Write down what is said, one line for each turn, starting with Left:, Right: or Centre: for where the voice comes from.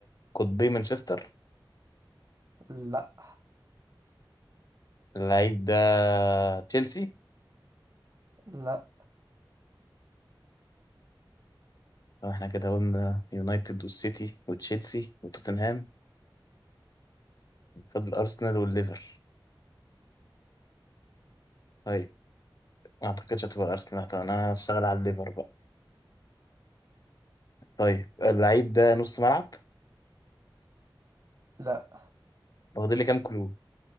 Left: قطبي مانشستر
Right: لا
Left: اللعيب ده تشيلسي
Right: لا
Left: طب احنا كده قلنا يونايتد والسيتي وتشيلسي وتوتنهام فاضل ارسنال والليفر طيب ما اعتقدش هتبقى ارسنال طب انا هشتغل على الليفر بقى طيب اللعيب ده نص ملعب
Right: لا
Left: واخدين لي كام كلو